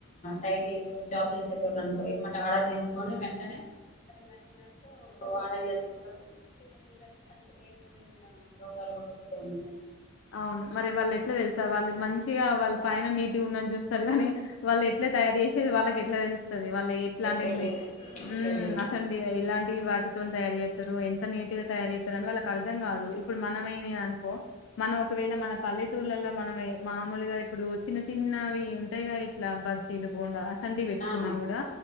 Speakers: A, on the left; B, on the left.
A: డైలీ ఇప్పుడు జాప్ చేసేటోళ్లునుకో, ఎమ్మటే ఆర్డర్ చేసుకొని వెంటనే. <unintelligible> చ్చినట్టు ఆడర్ చేసుకుంటారు తిం <inaudible> సేసరికి తనకి లేని పోనీ జా రోగాలు కూడా వస్తూ ఉంటాయి
B: అవును, మరి వాళ్ళు ఎట్లా తెలుసా? వాళ్ళు మంచిగా వాళ్ళ పైన నీటుగా ఉన్నది చూస్తారు గానీ? వాళ్ళు ఎట్లా, ట్లా తయారు చేసేది వాళ్ళకి ఎట్లా తెలుత్తది? వాళ్లు ఎట్లాంటివన్నీ
A: తెలియదు తెలియదు
B: ఉ
A: తెలియదు
B: అసండి ఎ ఎలాం. టీ వాటితోనీ తయారు చేత్తారు, ఎంత నీట్ గా తయారు చేత్తారు అని వాళ్లకుఅర్థం కాదు! ఇప్పుడు మనమేనీయనుకో. మనం ఒకవేళ మన పల్లెటూర్లల, మనం ఏ మామూలుగా ఇప్పుడు చిన్న చిన్నవి ఉంటాయిగా? ఇట్లా బ. బజ్జీలు, బోండా అసంటి పెట్టుకున్నా
A: ఆ
B: కూడా